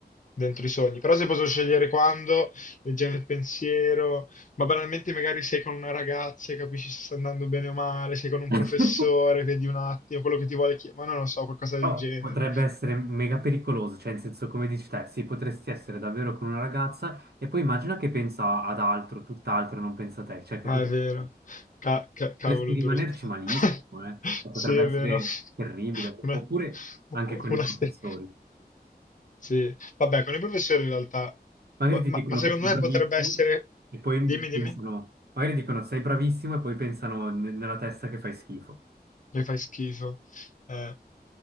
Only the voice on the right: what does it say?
<laughs>
Però
potrebbe essere mega pericoloso, cioè in senso come dici te, sì, potresti essere davvero con una ragazza e poi immagina che pensa ad altro, tutt'altro, e non pensa a te, cioè che
cosa
fai?
Potresti rimanerci
malissimo,
eh? Cioè,
Potrebbe
essere
terribile,
oppure anche con
i professori.
Magari
ti
dicono
che sei
bravissimo
e poi
pensano, magari dicono sei bravissimo e poi pensano ne- nella testa che fai schifo.